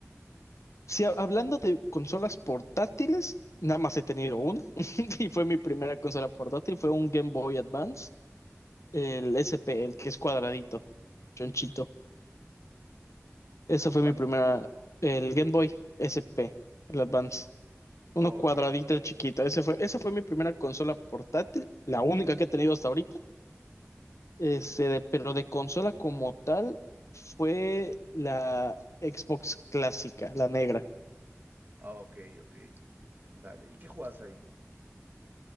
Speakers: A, on the left; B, on the right.
A: sí, ha- hablando de consolas portátiles, nada más he tenido una <laughs> y fue mi primera consola portátil, fue un Game Boy Advance, el SP, el que es cuadradito, chonchito. Esa fue
B: ¿Cuál?
A: mi primera, el Game Boy SP, el Advance. Uno
B: Ok,
A: cuadradito chiquito, ese fue, esa fue mi primera consola portátil, la única que he tenido hasta ahorita. Este, de- pero de consola como tal fue la Xbox clásica, la negra.
B: ok, ok. Dale. ¿Y qué jugabas ahí?